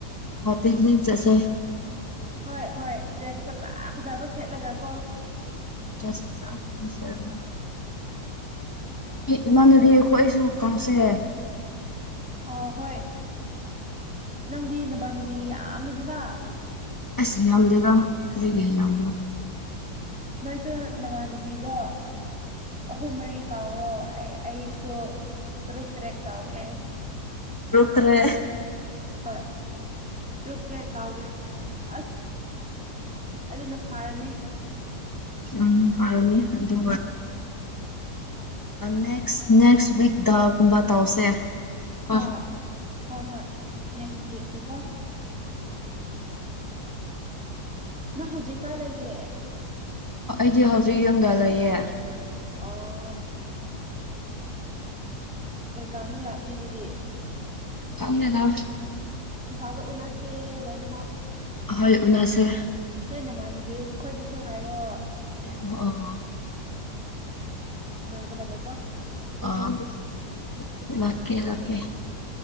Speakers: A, on the left; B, in the centre.
A: ꯍ ꯄꯛꯅꯤꯛ ꯆꯁꯦ
B: ꯍꯣꯏ ꯍꯣꯏ ꯗ꯭ꯔꯦꯁ ꯐꯖ ꯐꯖꯕ ꯁꯦꯠꯂꯒ ꯀꯣ
A: <inaudible> ꯏ ꯏꯃꯥꯟꯅꯗꯤꯀꯣ ꯑꯩꯁꯨ ꯀꯥꯎꯁꯦ
B: ꯑ ꯍꯣꯏ ꯅꯪꯗꯤ ꯅꯕꯥꯅꯨꯕꯤ ꯌꯥꯝꯃꯤꯗꯅ
A: ꯑꯁꯤ ꯌꯥꯝꯗꯕ ꯑꯩꯒꯤ ꯏꯌꯥꯝꯕ
B: ꯅꯣꯏꯁꯨ ꯅꯃꯅꯨꯕꯤꯗꯣ ꯑꯍꯨꯝ ꯃꯔꯤ ꯀꯥꯎꯔꯣ ꯑꯩ ꯑꯩꯁꯨ ꯇꯔꯨꯛ ꯇꯔꯦꯠ ꯀꯥꯎꯒꯦ
A: ꯔꯨꯈ꯭ꯔꯦ
B: ꯍꯣꯏ ꯇ꯭ꯔꯨꯛ ꯇ꯭ꯔꯦ ꯀꯥꯎꯒꯦ ꯑꯁ ꯑꯗꯨꯅ ꯐꯥꯔꯅꯤ
A: ꯎꯝ ꯐꯔꯂꯦ ꯑꯗꯨ ꯅꯦꯛꯁ ꯅꯦꯛꯁ ꯋꯤꯛ ꯗꯒꯨꯝꯕ ꯇꯧꯁꯦ ꯀꯣ
B: ꯍꯣꯏ ꯍꯣꯏ ꯍꯣꯏ ꯅꯦꯛꯦꯛꯁ ꯎꯤꯛꯗꯀꯣ ꯅꯪ ꯍꯧꯖꯤꯛꯀꯥꯏ ꯂꯩꯒꯦ
A: ꯑꯩꯗꯤ ꯍꯧꯖꯤꯛ ꯌꯨꯝꯗ ꯂꯩꯌꯦ
B: ꯑꯣ ꯀꯩꯀꯥꯅ ꯂꯥꯛꯅꯤ ꯑꯗꯨꯗꯤ
A: ꯐꯥꯎꯗꯗ
B: ꯏꯝꯐꯥꯜꯗ ꯎꯅꯁꯦ ꯂꯣꯏꯅꯃꯛ
A: ꯍꯣꯏ ꯎꯅꯁꯦ
B: ꯅꯣꯏ ꯅꯃꯥꯟꯅꯨꯕꯤ ꯑꯩꯈꯣꯏꯗꯁꯨ ꯍꯥꯏꯌꯣ
A: ꯑꯣ
B: ꯗꯕ ꯀꯣ
A: ꯑ ꯀꯦ ꯂꯀꯦ